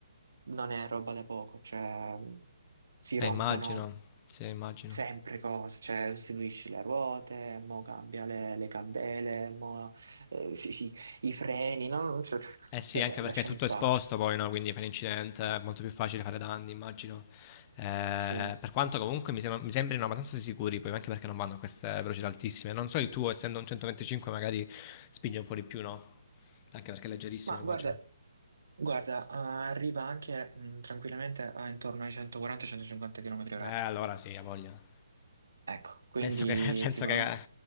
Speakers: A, on the right; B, on the left.
A: non è roba da poco, cioè mh, si rompono
B: Eh, immagino, sì, immagino.
A: sempre cose, cioè sostituisci le ruote, mo cambia le, le candele, mo eh, sì, sì, i freni, no? Cioè,
B: Eh sì,
A: <laughs>
B: anche perché
A: lasciamo
B: è tutto
A: stare.
B: esposto poi, no? Quindi fai un incidente, è molto più facile fare danni, immagino. Eh,
A: Sì.
B: per quanto comunque mi, sembra- mi sembrino abbastanza sicuri, poi anche perché non vanno a queste velocità altissime. Non so il tuo, essendo un 125, magari spinge un po' di più, no? Anche perché è leggerissimo,
A: Ma
B: immagino.
A: guarda, Guarda, ah, arriva anche mh, tranquillamente a intorno ai 140-150 km orari.
B: Eh, allora sì, ha voglia.
A: Ecco, quindi
B: Penso che, <laughs> penso
A: sicuramente...
B: che eh,